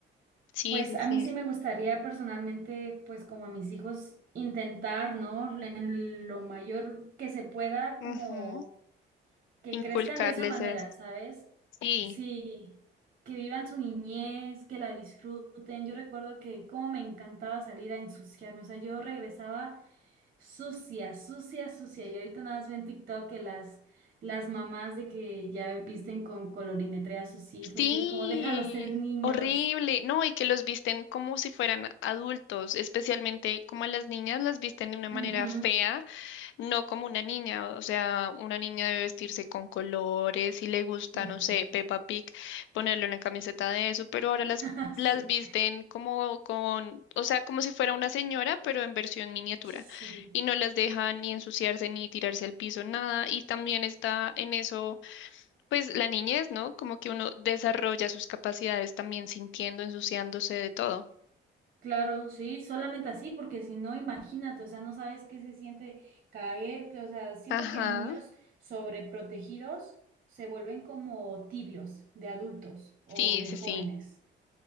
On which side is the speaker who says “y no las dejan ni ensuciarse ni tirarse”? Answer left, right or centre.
Left